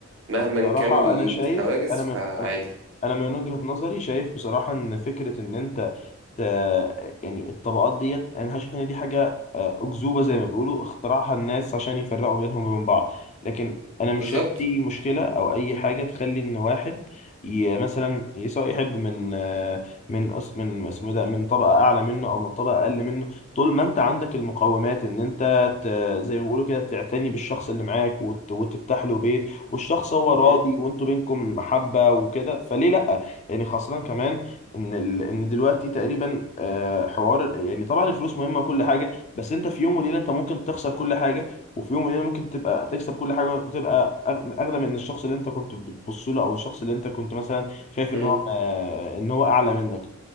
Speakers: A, on the right; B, on the left.
A: مهما
B: بصراحة
A: كان الحواجز
B: انا شايف انا من
A: فعادي
B: انا انا من وجهة نظري شايف بصراحة ان فكرة ان انت آه، يعني الطبقات ديت انا شايف ان دي حاجه آه، اكذوبه زي ما بيقولوا اخترعها الناس عشان يفرقوا بينهم وبين بعض لكن انا مش
A: بالظبط
B: شايف اي مشكله او اي حاجه تخلي ان واحد ي- مثلا ي- سواء يحب من آه، من أس من اسمه إيه ده من طبقه اعلى منه او من طبقه اقل منه طول ما انت عندك المقومات ان انت ت... زي ما بيقولوا كده تعتني بالشخص اللي معاك وت... وتفتح له بيت والشخص هو راضي
A: مم،
B: وانتوا بينكم محبه وكده فليه لا يعني خاصه كمان ان ال... ان دلوقتي تقريبا آه، حوار يعني طبعا الفلوس مهمه وكل حاجه بس انت في يوم وليله انت ممكن تخسر كل حاجه وفي يوم وليله ممكن تبقى تكسب كل حاجه وتبقى أغ- اغنى من الشخص اللي انت كنت بتبص له او الشخص اللي انت كنت مثلا شايف
A: مم.
B: ان هو آه، ان هو اعلى منك